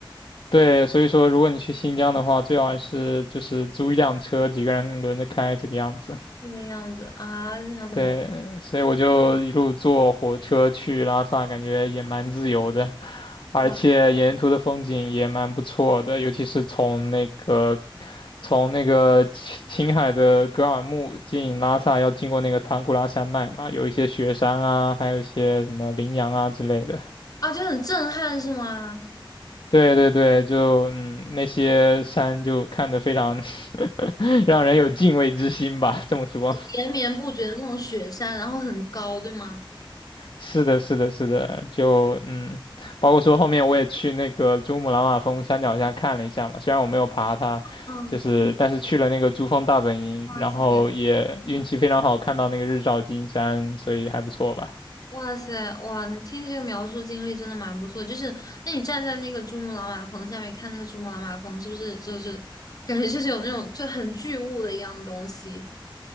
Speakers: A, on the left (about 65°); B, on the left (about 45°).
A: 对，所以说如果你去新疆的话，最好还是就是租一辆车，几个人轮着开这个样子。
B: 这个样子啊，那样子好吧，
A: 对，所以我就一路坐火车去拉萨，感觉也蛮自由的，而且沿途的风景也蛮不错的，
B: 哇
A: 尤其是从那个从那个青青海的格尔木进拉萨，要经过那个唐古拉山脉嘛，有一些雪山啊，还有一些什么羚羊啊之类的。
B: 啊，就很震撼是吗？
A: 对对对，就嗯，那些山就看着非常让人有敬畏之心吧，这么说。
B: 连绵不绝的那种雪山，然后很高，对吗？
A: 是的，是的，是的，就嗯，包括说后面我也去那个珠穆朗玛峰山脚下看了一下嘛，虽然我没有爬它，
B: 嗯，
A: 就是但是去了那个珠峰大本营，
B: 哇塞，
A: 然后也运气非常好，看到那个日照金山，所以还不错吧。
B: 哇塞，哇！你听这个描述经历真的蛮不错，就是那你站在那个珠穆朗玛峰下面看那个珠穆朗玛峰，是不是就是感觉就是有那种就很巨物的一样的东西？